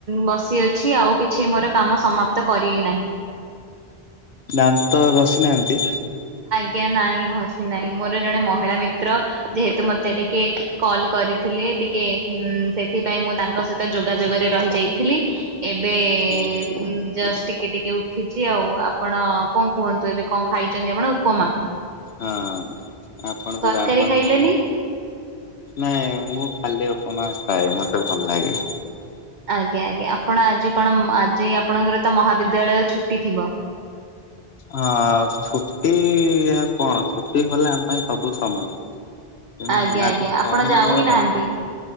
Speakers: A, on the right (about 50°); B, on the left (about 85°).
A: ବସିଅଛି ଆଉ କିଛି ମୋର କାମ ସମାପ୍ତ କରି ନାହିଁ।
B: ଦାନ୍ତ ଘଷି ନାହାନ୍ତି?
A: ଆଜ୍ଞା ନାହିଁ ଘସି ନାହିଁ। ମୋର ଜଣେ ମହିଳା ମିତ୍ର ଯେହେତୁ ମତେ ଟିକେ କଲ କରିଥିଲେ ଟିକେ ହୁ ସେଥିପାଇଁ ମୁଁ ତାଙ୍କ ସହିତ ଯୋଗାଯୋଗରେ ରହି ଯାଇଥିଲି ଏବେ-ଏ-ଏ
B: ଓହୋ।
A: ଉମ୍ ଜଷ୍ଟ ଟିକେ ଟିକେ ଟିକେ ଉଠିଛି ଆଉ ଆପଣ କଣ କୁହନ୍ତୁ ଏବେ କଣ ଖାଇଛନ୍ତି ଆପଣ ଉପମା।
B: ହଁ ଆପଣଙ୍କ
A: ତରକାରୀ
B: ଗାଁ <unintelligible>
A: ଖାଇଲେନି?
B: ନାହାନ୍ତି ନାଇଁ ମୁଁ ଖାଲି ଉପମା ଖାଏ ମତେ ଭଲ ଲାଗେ।
A: ଆଜ୍ଞା ଆଜ୍ଞା ଆପଣ ଆଜି କଣ ମ ଆଜି ଆପଣଙ୍କର ତ ମହାବିଦ୍ୟାଳୟ ଛୁଟି ଥିବ?
B: ହଁ ଛୁଟି କଣ ଛୁଟି କଲେ ଆମ ପାଇଁ ସବୁ ସମାନ। ତେଣୁ
A: ଆଜ୍ଞା
B: ଆଜି
A: ଆଜ୍ଞା
B: କହିଲେ
A: ଆପଣ ଯାଉ
B: ମୋର
A: ହି
B: ମନେ
A: ନାହାନ୍ତି।